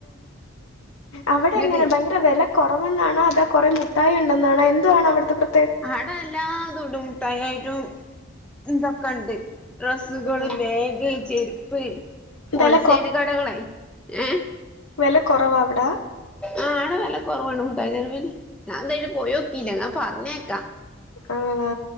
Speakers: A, on the left; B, in the centre.
A: അവടെ
B: എന്നിട്ട്
A: എങ്ങനെ ഭയങ്കര വെല കൊറവെന്നാണോ അതോ കൊറേ മുട്ടായിയുണ്ടെന്നാണോ എന്തുവാണ് അവ്ടുത്തെ പ്ര
B: ആട എല്ലാതുണ്ട് മുട്ടായിയായിട്ടും ഇതൊക്ക ഇണ്ട് ഡ്രസ്സുകള്,
A: ഉം
B: ബാഗ്, ചെരുപ്പ്, ഹോൾ
A: വില
B: സെയില് കടകളെ ഏഹ്
A: വെല കൊറവാ അവിടെ
B: ആഹ ആടെ വെല കൊറവാണ് മുട്ടായി തെരുവിൽ ഞാൻ ന്തായ്ലും പോയോക്കില്ല ന്നാ പറഞ്ഞേക്കാം
A: ആണോ